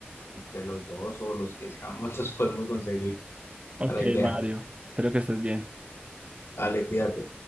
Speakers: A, on the left; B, on the right.
A: entre los dos o los que seamos, <laughs> los podemos conseguir.
B: Ok,
A: Esa es la idea.
B: Mario, espero que estés bien.
A: Dale, cuídate.